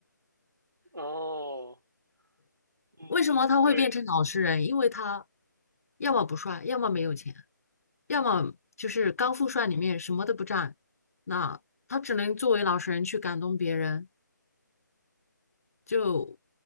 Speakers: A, on the right; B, on the left.
A: 哦，嗯，
B: 为什么他会变成老实人？
A: 对，
B: 因为他要么不帅，要么没有钱，要么就是高富帅里面什么都不占，那他只能作为老实人去感动别人。就